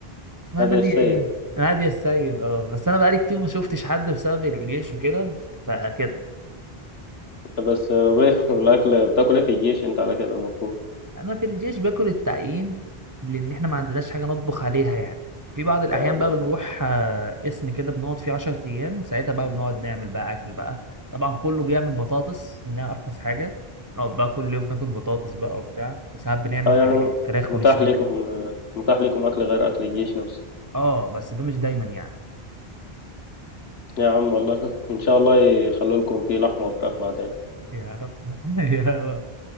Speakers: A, on the right; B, on the left.
A: اسمها
B: نادية
A: نادية
B: السيد
A: ايه نادية السيد اه بس انا بقالي كتير ما شفتش حد بسبب الجيش وكده فكده
B: بس آه، وإيه؟ <laughs> والاكل بتاكل ايه في الجيش انت على كده المفروض
A: انا في الجيش باكل التعيين لان احنا ما عندناش حاجة نطبخ عليها يعني في بعض الاحيان
B: اه لا
A: بقى بنروح آه، قسم كده بنقعد فيه 10 ايام ساعتها بقى بنقعد نعمل بقى اكل بقى طبعا كله بيعمل بطاطس انها ارخص حاجة نقعد بقى كل يوم ناكل بطاطس بقى وبتاع وساعات بنعمل
B: اه يعني
A: أجن- فراخ
B: متاح
A: ونشويها
B: لكم آه، متاح لكم اكل غير اكل الجيش نفسه
A: اه بس ده مش دايما يعني
B: يا عم والله <laughs> ان شاء الله يخلوا لكم فيه لحمة وفراخ بعدين
A: يا رب <laughs> يا رب